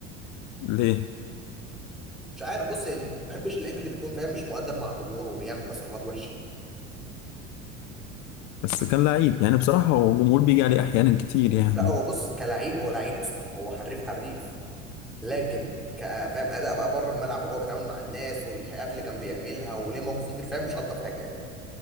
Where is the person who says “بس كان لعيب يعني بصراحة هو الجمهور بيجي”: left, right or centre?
Left